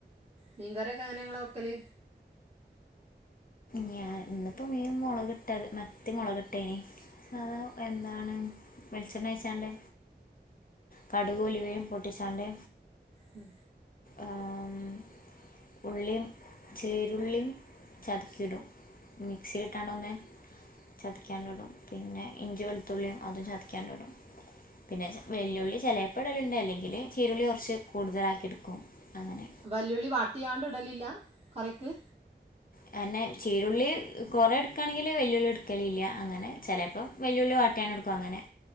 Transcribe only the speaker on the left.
ഞാൻ ഇന്നിപ്പോ മീൻ മൊളക് ഇട്ട മത്തി മുളക്കിട്ടെയ്നി അത് എന്താണ് വെളിച്ചെണ്ണ ഒഴിച്ചാണ്ട് കടുവും ഉലുവിം പൊട്ടിച്ചാണ്ട്
ഏ ഉള്ളിം ചീറുള്ളിം ചതക്കിയിടും മിക്സി ഇട്ടാണ്ട് ഒന്ന് ചതക്കിയാണ്ട് ഇടും പിന്നെ ഇഞ്ചിം വെളുത്തുള്ളിയും അതും ചതിക്കിയാണ്ട് ഇടും പിന്നെ വെല്ലുള്ളി ചെലേപ്പം ഇടലുണ്ട് അല്ലെങ്കില് ചീരുള്ളികുറച്ച് കൂടുതലാക്കി എടുക്കും. അങ്ങനെ
അതന്നെ ചീരുള്ളി കൊറെ ഇട്ക്കാണെങ്കില് വല്ലുള്ളി എടുക്കലില്ല അങ്ങനെ ചെലേപ്പം വെല്യുള്ളി വാട്ടിയാണ് എടുക്കും അങ്ങനെ